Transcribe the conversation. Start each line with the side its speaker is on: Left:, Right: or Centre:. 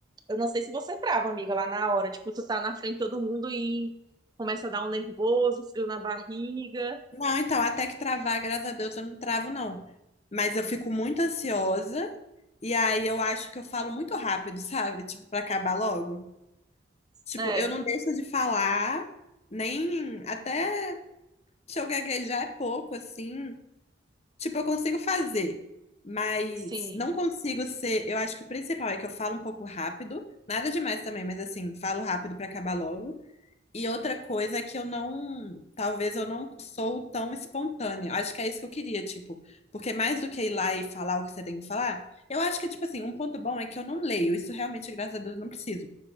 Right: Eu não sei se você trava, amiga, lá na hora. Tipo, tu tá na frente de todo mundo e começa a dar um nervoso, frio na barriga.
Left: Não, então, até que travar, graças a Deus, eu não travo, não. Mas eu fico muito ansiosa, e aí eu acho que eu falo muito rápido, sabe? Tipo, pra acabar logo. Tipo,
Right: É,
Left: eu não deixo de falar, nem até se eu gaguejar é pouco, assim. Tipo, eu consigo fazer, mas
Right: sim.
Left: não consigo ser. Eu acho que o principal é que eu falo um pouco rápido, nada demais também, mas assim, falo rápido pra acabar logo. E outra coisa é que eu não, talvez eu não sou tão espontânea. Eu Acho que é isso que eu queria, tipo, porque mais do que ir lá e falar o que você tem que falar, eu acho que, tipo assim, um ponto bom é que eu não leio. Isso realmente, graças a Deus, eu não preciso.